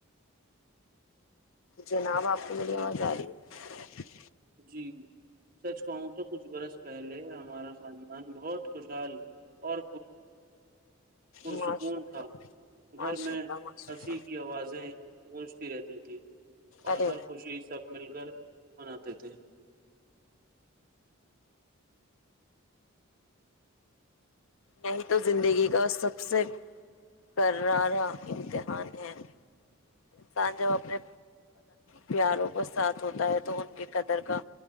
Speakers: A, on the left; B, on the right.
A: جناب، آپ کو میری
B: جی
A: آواز جا رہی ہے؟ ہ <inaudible>
B: جی سچ کہوں تو کچھ برس پہلے ہمارا پانی ہاں بہت خوش ال اور پرسکون
A: ہے ماشاء اللہ
B: تھا گھر
A: ماشاء
B: میں
A: اللہ ماشاء
B: ہنسی
A: اللہ
B: کی آوازیں گونجتی رہتی تھی اور
A: ارے
B: ہر خوشی سب مل کر مناتی تھ
A: نہیں تو زندگی کا سب سے کرارہ امتحان ہے انسان جب اپنے پیاروں کو ساتھ ہوتا ہے تو ان کی قدر کا